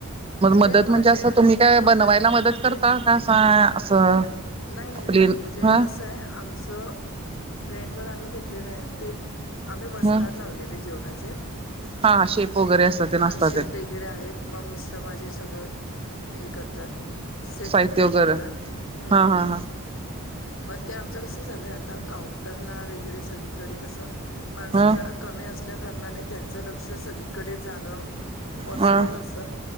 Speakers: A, on the left; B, on the right.
A: म्हणजे
B: मदत
A: माझे
B: असं तुम्ही काय
A: मदतीला
B: बनवायला मदत
A: म्हणजे.
B: करता का असं असं
A: नाही नाही
B: आपली
A: नाही म्हणजे
B: हा
A: कस. ते आमच रेंट वर आम्ही घेतलेलं आहे ते. आम्ही वस्तात
B: हा
A: लावलेले जेवणाचे
B: हा शेप वगैरे
A: मग
B: असतात ते
A: हा
B: नसतात
A: शेफ
B: ते
A: एक. वगैरे आहेत मग मिस्टर माझे सगळं हे करतात. सेट
B: साहित्य
A: हँडल
B: वगैरे
A: करतात. हम्म...
B: हा हा
A: मग ते आमचं कस झालंय आता, काउंटरला वगैरे सगळीकडे कसं. माणसं
B: हा
A: जरा कमी असल्या कारणाने त्याचं लक्ष सगळीकडे जाणं. पॉसिबल
B: हा हा
A: असं